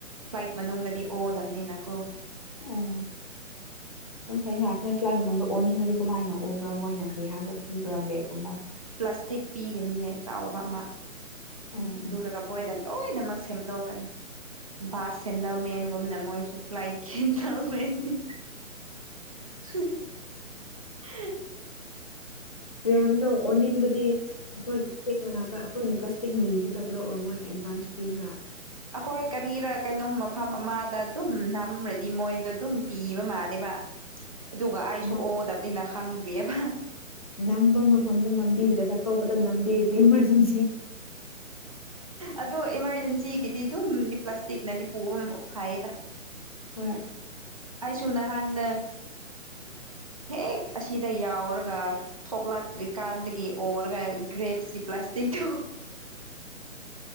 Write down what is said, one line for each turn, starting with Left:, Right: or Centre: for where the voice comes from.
Right: ꯐ꯭ꯂꯥꯏꯠ ꯃꯅꯨꯡꯗꯗꯤ ꯑꯣꯗꯕꯅꯤ ꯅꯤꯅꯥꯀꯣ
Left: ꯑꯣ ꯑꯗꯨꯝ ꯐꯩ ꯉꯥꯏꯍꯥꯛꯈ ꯅ ꯁ꯭ꯂꯥꯏ ꯃꯅꯨꯡꯗ ꯑꯣꯟꯅꯤꯡꯅꯗꯤ ꯀꯃꯥꯏꯅ ꯎꯕ꯭ꯔꯥ ꯃꯣꯏꯅ ꯀꯔꯤ ꯍꯥꯏꯕꯥꯤꯕ꯭ꯔꯥꯕꯒꯨꯝꯕ
Right: ꯄ꯭ꯂꯥꯁꯇꯤꯛ ꯄꯤꯒꯅꯤꯑ ꯆꯥꯎꯕ ꯑꯃ
Left: ꯑꯣ
Right: ꯂꯔꯒ ꯄꯣꯏꯗ ꯂꯣꯏꯅꯃꯛ ꯁꯦꯝꯗꯣꯛꯀꯅꯤ ꯕꯥꯁ ꯁꯦꯟꯗꯜꯃꯦꯟꯒꯨꯝꯅ ꯃꯣꯏꯁꯨ ꯐ꯭ꯂꯥꯏ ꯁꯦꯟꯗꯜꯃꯦꯟꯗꯤ <unintelligible>
Left: ꯃꯌꯥꯝꯅ ꯑꯣꯅꯤꯡꯕꯗꯤ ꯑꯩꯈꯣꯏꯒꯤ ꯁꯦꯛꯅ ꯉꯥꯛꯇ ꯑꯩꯈꯣꯏꯅ ꯄ꯭ꯂꯥꯁꯇꯤꯛ ꯅꯤꯒꯗꯕ꯭ꯔꯥ ꯑꯣꯔ ꯃꯣꯏꯅ ꯑꯦꯗꯚꯥꯟꯁ ꯄꯤꯕ꯭ꯔꯥ
Right: ꯑꯩꯈꯣꯏ ꯀꯔꯤꯔ ꯀꯩꯅꯣꯝ ꯃꯐꯝ ꯑꯃꯗ ꯑꯗꯨꯝ ꯅꯝꯃꯗꯤ ꯃꯣꯏꯗꯣ ꯑꯗꯨꯝ ꯄꯤꯕ ꯃꯥꯜꯂꯦꯕ ꯑꯗꯨꯒ ꯑꯩꯁꯨ
Left: ꯅ
Right: ꯑꯣꯗꯕꯅꯤꯅ ꯈꯪꯗ꯭ꯔꯤꯑꯕ
Left: ꯅꯝꯕ ꯃꯐꯝꯗꯣ ꯅꯝꯕꯤꯗ꯭ꯔꯒ ꯑꯇꯣꯞꯄꯗ ꯅꯝꯕꯤꯔꯗꯤ ꯖꯤ
Right: ꯑꯗꯣ ꯏꯃꯥꯔꯖꯦꯟꯁꯤꯒꯤꯗꯤ ꯑꯗꯨꯝꯗꯤ ꯄ꯭ꯂꯥꯁꯇꯤꯛꯅꯗꯤ ꯄꯨꯕ ꯑꯃ ꯐꯥꯏꯌꯦꯗ
Left: ꯍꯣꯏ
Right: ꯑꯩꯁꯨ ꯅꯍꯥꯟꯗ ꯍꯦꯛ ꯑꯁꯤꯗ ꯌꯥꯎꯔꯒ ꯊꯣꯛꯂꯛ ꯂꯥꯛꯇ꯭ꯔꯤꯀꯥꯟꯗꯒꯤ ꯑꯣꯔꯒ ꯒ꯭ꯔꯦꯞꯁ ꯄ꯭ꯂꯥꯁꯇꯤꯛꯇꯣ